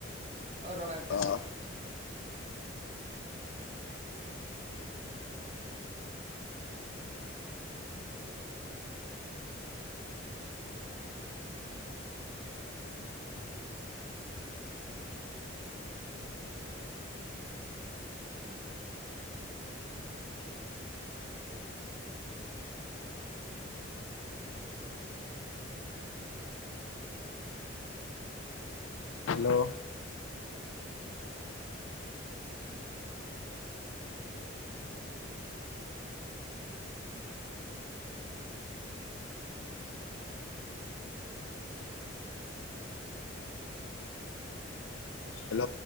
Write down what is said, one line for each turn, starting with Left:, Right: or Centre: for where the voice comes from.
Right: অ ৰবা আহিছো
Left: অ' হেল্ল হেল্ল'